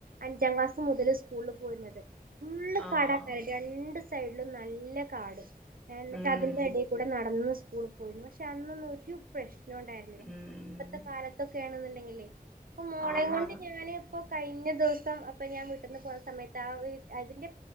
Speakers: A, on the right; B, in the centre.
A: അഞ്ചാം ക്ലാസ്സ് മുതല് സ്കൂള്ല് പോയിര്ന്നത് ഫുള്ള്
B: ആഹ്
A: കടക്കെ രണ്ട് സൈഡിലും നല്ല കാട് എന്നിട്ട്
B: ഉം
A: അതിന്റെടേ കൂടെ നടന്ന് സ് കൂള് പോയിരുന്നു പക്ഷേ അന്നൊന്നും ഒരു പ്രശ് നുണ്ടായിരുന്നില്ല
B: ഉം
A: ഇപ്പത്തെ കാലത്ത് <unintelligible> തെങ്ങില്ലേ അപ്പൊ മോളെം
B: ആന്നാന്ന്
A: കൊണ്ട് ഞാനീപ്പൊ കഴിഞ്ഞ ദിവസം അപ്പൊ ഞാൻ വീട്ടീന്ന് പോന്ന സമയത്ത് ആ അതിന്റെ